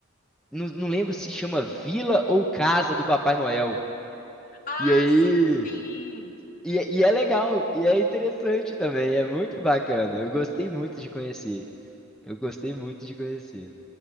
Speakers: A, in the centre; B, on the left (about 45°).
A: Não, não lembro se chama Vila ou Casa do Papai Noel.
B: Ah,
A: E aí.
B: sim, sim.
A: E, e é legal, e é interessante também, é muito bacana. Eu gostei muito de conhecer. Eu gostei muito de conhecer.